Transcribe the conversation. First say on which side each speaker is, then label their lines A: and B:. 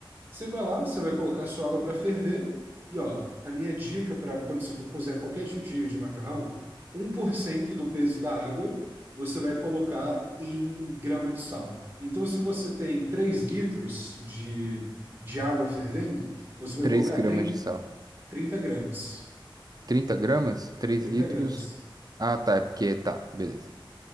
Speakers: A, on the right (about 25°); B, on the right (about 45°).
A: Você vai lá, você vai colocar sua água para ferver. E ó, a minha dica para quando você for cozer qualquer tipo de, de macarrão, um por cento do peso da água você vai colocar em grama de sal. Então, se você tem 3 litros de, de água fervendo, você vai
B: três
A: colocar
B: gramas
A: 30
B: de sal.
A: 30 gramas.
B: trinta gramas? três
A: 30
B: litros?
A: gramas.
B: Ah, tá, é porque tá, beleza.